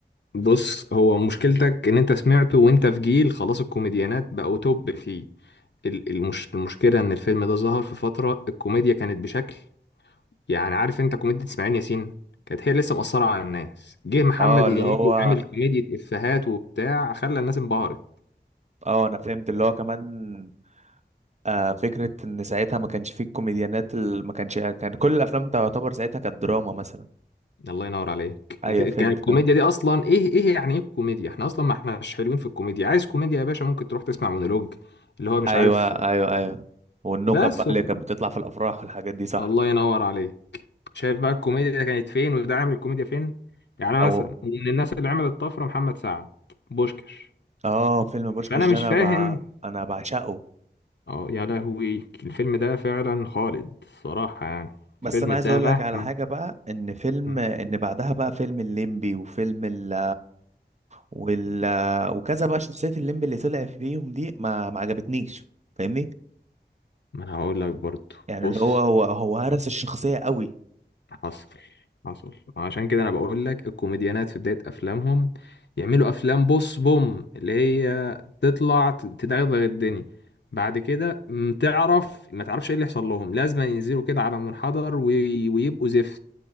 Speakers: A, on the left; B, on the right.
A: بص هو مشكلتك إن أنت سمعته وأنت في جيل خلاص الكوميديانات بقوا توب فيه ال- المش المشكلة إن الفيلم ده ظهر في فترة الكوميديا كانت بشكل يعني عارف انت كوميديا اسماعيل ياسين كانت هي لسه مأثرة على الناس جه محمد
B: اه اللي
A: هنيدي
B: هو
A: وعامل كوميديا افيهات وبتاع خلى الناس انبهرت
B: اه انا فهمت اللي هو كمان آه فكره ان ساعتها ما كانش فيه الكوميديانات ال- ما كانش كان كل الافلام تعتبر ساعتها كانت دراما مثلا
A: الله ينور عليك
B: ايوه فهمت
A: كانت الكوميديا
B: فهمت
A: دي اصلا ايه ايه يعني ايه كوميديا احنا اصلا ما احناش حلوين في الكوميديا عايز كوميديا يا باشا ممكن تروح تسمع مونولوج اللي هو مش
B: ايوه
A: عارف
B: ايوه ايوه والنكت
A: بس
B: بقى
A: وخ-
B: اللي كانت بتطلع في الافراح والحاجات دي صح
A: الله ينور عليك شايف بقى الكوميديا ده كانت فين وده عامل الكوميديا فين يعني
B: او
A: مثلا من الناس اللي عملت طفرة محمد سعد بوشكش
B: اه فيلم بوشكاش
A: فانا
B: ده
A: مش
B: انا
A: فاهم
B: بع... انا بعشقه
A: اه يا لهوي الفيلم ده فعلا خالد صراحة يعني
B: بس
A: الفيلم
B: انا عايز
A: ده
B: اقول
A: مهما
B: لك على حاجه بقى
A: <laughs>
B: ان فيلم
A: مم.
B: ان بعدها بقى فيلم الليمبي وفيلم ال وال وكذا بقى شخصيه الليمبي اللي طلع فيهم دي ما ما عجبتنيش فاهمني
A: ما انا هقول لك برضو
B: يعني
A: بص
B: اللي هو هو هو هرس الشخصيه قوي
A: حصل حصل عشان كده انا بقول لك الكوميديانات في بداية افلامهم يعملوا افلام بص بوم اللي هي تطلع ت- تدغدغ الدنيا بعد كده م، تعرف ما تعرفش ايه اللي يحصل لهم لازم ينزلوا كده على منحدر وي- ويبقوا زفت